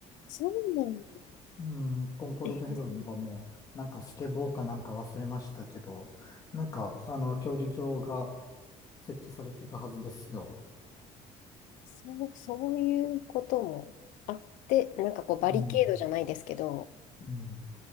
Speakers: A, on the left; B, on the left.
A: そうなん
B: うん、コンコルド広場も、
A: ええ、
B: なんかスケボーかなんか忘れましたけど、なんか、あの、競技場が設置されてたはずですよ。
A: そう、そういうこともあって、なんかこう、バリケードじゃないですけど、
B: うん。うん。